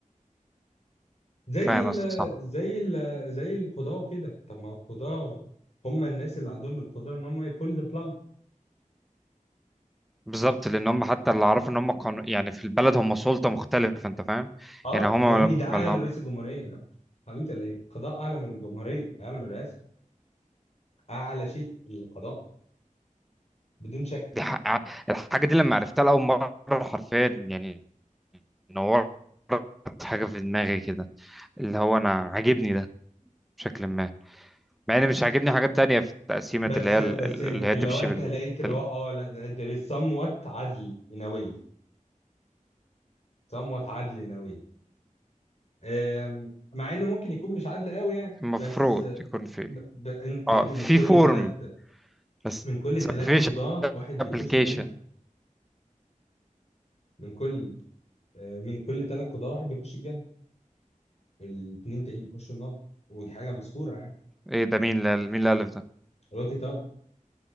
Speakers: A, on the left (about 50°); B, in the centre.
A: زي
B: فاهم
A: ال
B: قصدك
A: زي ال زي القضاء كده طب ما القضاء هم الناس اللي عندهم القدرة ان هم يبول ذا بلاج
B: بالظبط لان هم حتى اللي اعرفه ان هم كانوا يعني في البلد هم سلطه مختلفه انت فاهم
A: اه
B: يعني هم ما
A: يا ابني ده اعلى
B: ما-
A: من رئيس الجمهورية <laughs> حبيبي ليه القضاء اعلى من الجمهورية اعلى من الرئاسة اعلى شيء القضاء بدون شك
B: دي ح- الحاجه دي لما عرفتها لاول مره حرفيا يعني نورت حاجه في دماغي كده اللي هو انا عاجبني ده بشكل ما مع ان مش عاجبني حاجات تانية في التقسيمه
A: بس
B: اللي هي
A: بس
B: ال- ال-
A: إن
B: اللي هي تمشي
A: لو انت
B: بال...
A: لقيت اللي
B: بال...
A: هو اه لا ده ده somewhat عدل in a way somewhat عدل in a way آم، مع انه ممكن يكون مش عدل قوي يعني
B: المفروض
A: بس
B: يكون في
A: ب... ب... إن-
B: اه
A: يا ابني
B: في
A: من كل
B: فورم
A: ثلاث
B: بس
A: من كل ثلاث
B: ما فيش
A: قضاة واحد بيخش
B: ابلكيشن
A: الجنة من كل آه، من كل ثلاث قضاة واحد بيخش الجنة والاثنين التانيين بيخشوا النار ودي حاجة مذكورة يعني
B: ايه ده مين اللي مين اللي الف ده
A: اللي هو كتاب